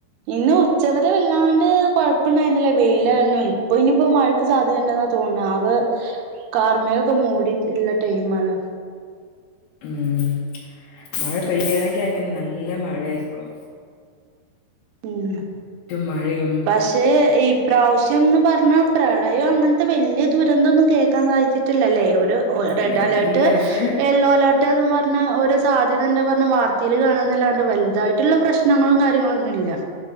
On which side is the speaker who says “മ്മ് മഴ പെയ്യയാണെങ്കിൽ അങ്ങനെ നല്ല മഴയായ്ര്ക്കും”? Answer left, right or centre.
Left